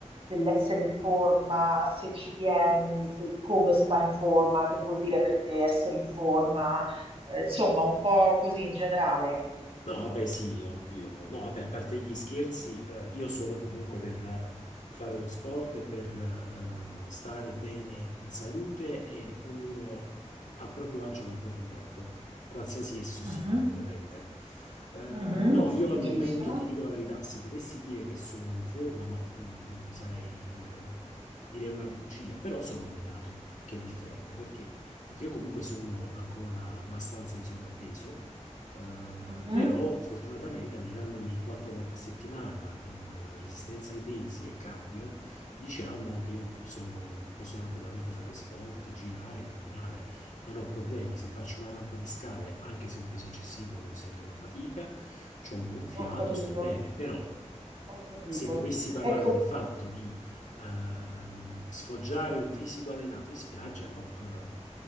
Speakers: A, on the right; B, on the left.
A: dell'essere in forma, se ci tieni, se- come sta in forma, che vuol dire per te essere in forma, eh, insomma, un po' così in generale.
B: No, vabbè, sì, ovvio. No, vabbè, a parte gli scherzi, eh, io sono comunque per eh, fare lo sport e per eh, stare bene in salute e ognuno a proprio agio col proprio corpo, qualsiasi esso
A: Mhm,
B: sia, ovviamente. Eh,
A: mhm,
B: no,
A: sì,
B: io al
A: giusto.
B: momento ti dico la verità, se dovessi dire che sono in forma, no, mm, mm, sarei, eh, direi una bugia, però sono allenato, che è differente. Perché? Perché io comunque sono ancora abbastanza in sovrappeso eh,
A: Mhm,
B: però fortunatamente allenandomi quattro volte a settimana con eh, resistenza ai pesi e cardio, diciamo che io sono- posso tranquillamente fare sport, girare, camminare, non ho problemi. Se faccio una rampa di scale, anche se è un peso eccessivo, non sento una fatica, ho un buon fiato,
A: Ho capito,
B: sto bene. Però
A: ho capito.
B: se dovessi parlare
A: Ecco,
B: del fatto di ehm, sfoggiare un fisico allenato in spiaggia, no. eh,